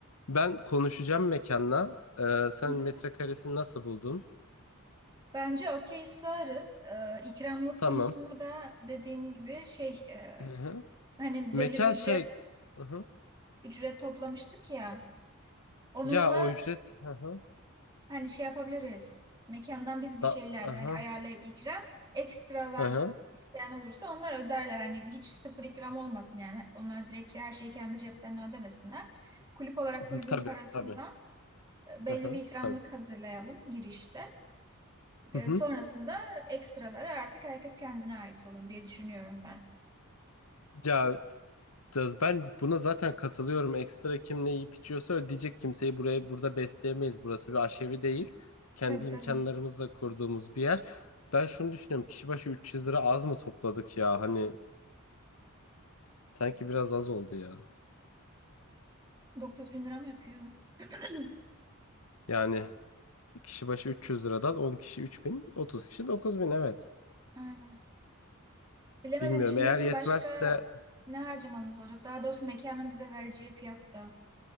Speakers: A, on the left; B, on the right.
A: Ben konuşacağım mekanla. Ee, sen
B: Hı hı.
A: metrekaresini nasıl buldun?
B: Bence okey sığarız. E, ikramlık
A: Tamam.
B: konusunda da dediğim gibi şey e,
A: Hı hı.
B: hani
A: Mekan
B: belli bir ücret
A: şey. Hı hı.
B: ücret toplamıştık ya. Onunla
A: Ya o ücret. Hı hı.
B: hani şey yapabiliriz. Mekandan biz bir
A: Da
B: şeyler hani
A: aha.
B: ayarlayıp ikram ekstralar
A: Aha.
B: isteyen olursa onlar öderler. Hani hiç sıfır ikram olmasın yani. Onlar direkt her şeyi kendi ceplerine ödemesinler. Kulüp olarak
A: <laughs>
B: kulübün
A: Tabii
B: parasından
A: tabii.
B: e, belli
A: Aha.
B: bir ikramlık
A: Tabii.
B: hazırlayalım girişte. E,
A: Hı hı.
B: sonrasında ekstraları artık herkes kendine ait olur diye düşünüyorum ben.
A: Ya da- ben buna zaten katılıyorum. Ekstra kim ne yiyip içiyorsa ödeyecek kimseyi buraya burada besleyemeyiz. Burası bir aşevi değil. Kendi
B: Tabii tabii.
A: imkanlarımızla kurduğumuz bir yer. Ben şunu düşünüyorum. Kişi başı 300 lira az mı topladık ya? Hani sanki biraz az oldu ya.
B: 9 bin lira mı yapıyor? <clears throat>
A: Yani kişi başı 300 liradan 10 kişi 3000 30 kişi 9000 evet.
B: Aynen. Bilemedim.
A: Bilmiyorum.
B: Şimdi
A: Eğer
B: bizim
A: yetmezse
B: başka ne harcamamız olacak? Daha doğrusu mekanın bize vereceği fiyatta.